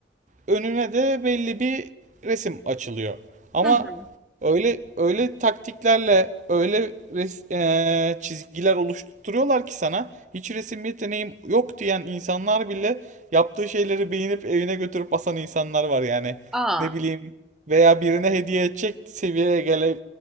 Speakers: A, on the right (about 40°); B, in the centre.
A: önüne de belli bir resim açılıyor. Ama
B: Hı hı.
A: öyle öyle taktiklerle öyle res- eee, çizgiler oluşturuyorlar ki sana hiç resim yeteneğim yok diyen insanlar bile yaptığı şeyleri beğenip evine götürüp asan insanlar var yani.
B: Aa.
A: Ne bileyim veya birine hediye edecek seviyeye gele-